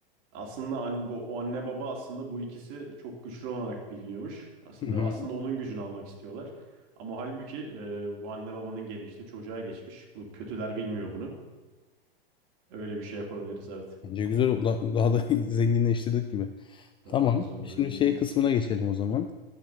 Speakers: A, on the right; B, on the left.
A: Aslında an- bu o anne baba aslında bu ikisi çok güçlü olarak biliniyormuş. Aslında
B: Hı hı.
A: aslında onun gücünü almak istiyorlar. Ama halbuki e, bu anne babanın geni işte çocuğa geçmiş. Bu kötüler bilmiyor bunu. Öyle bir şey yapabiliriz evet.
B: Bence güzel oldu. Da- Daha da <laughs> zenginleştirdik gibi.
A: Daha
B: Tamam.
A: da güzel olur.
B: Şimdi
A: yani.
B: şey kısmına geçelim o zaman.